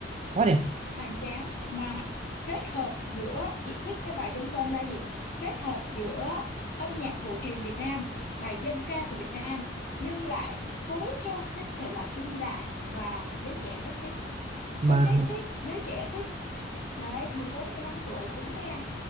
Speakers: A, on the right (about 35°); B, on the left (about 50°).
A: quá đẹp
B: hoành tráng mà kết hợp giữa chị thích cái bài trống cơm là gì kết hợp giữa âm nhạc cổ truyền Việt Nam bài dân ca của Việt Nam nhưng lại phối theo cái thể loại đương đại và giới trẻ rất thích
A: mà
B: con nít thích giới trẻ thích đấy mười bốn mười lăm tuổi cũng nghe